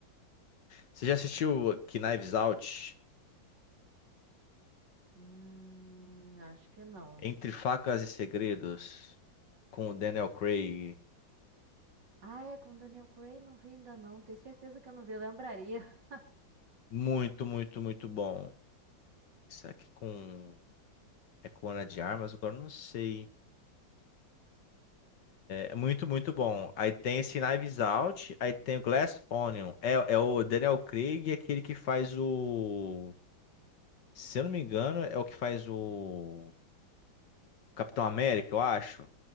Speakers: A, on the left; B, on the right.
A: Você já assistiu que Knives Out?
B: Hum, acho que não.
A: Entre Facas e Segredos, com o Daniel Craig.
B: Ah, é com Daniel Craig, não vi ainda não. Tenho certeza que eu não vi, eu lembraria.
A: Muito, muito, muito bom. Será que com. É com Ana de Armas? Agora eu não sei. É muito, muito bom. Aí tem esse Knives Out, aí tem o Glass Onion. É, é o Daniel Craig, é aquele que faz o. Se eu não me engano, é o que faz o Capitão América, eu acho.